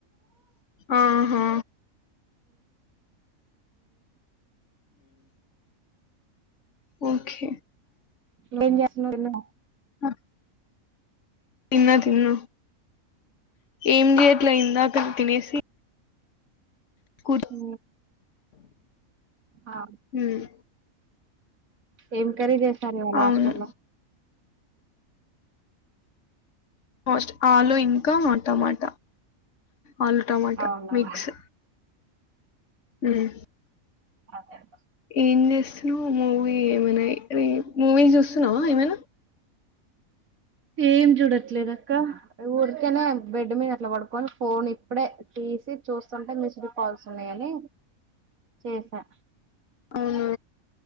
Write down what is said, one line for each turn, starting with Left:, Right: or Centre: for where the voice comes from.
Left: ఆహా ఒకే
Right: నువ్వేం చేస్తునావ్ డిలేనా
Left: ఆ తిన్నా తిన్న ఏం చెయ్యట్లే ఇందాకే తినేసి కూర్
Right: ఓ ఆ
Left: ఉమ్
Right: ఏం కర్రి చేసి కర్రి
Left: అవును
Right: హస్టల్ లో
Left: మోస్ట్ ఆలు ఇంకా టమాటా ఆలు టమాటా
Right: అవునా
Left: మిక్స్ ఉమ్మ్
Right: అదే ఇంకా
Left: ఏం చేస్తున్నా మూవీ ఏమైనా మూవీ చూస్తున్నావా ఏమైనా
Right: ఏం చూడట్లేదు అక్కా ఊరికేనే బెడ్ మీద అట్లా పడుకని ఫోన్ ఇప్పుడే తీసి చూస్తుంటే మిసిడ్ కాల్స్ ఉన్నాయని చేసా
Left: అవునా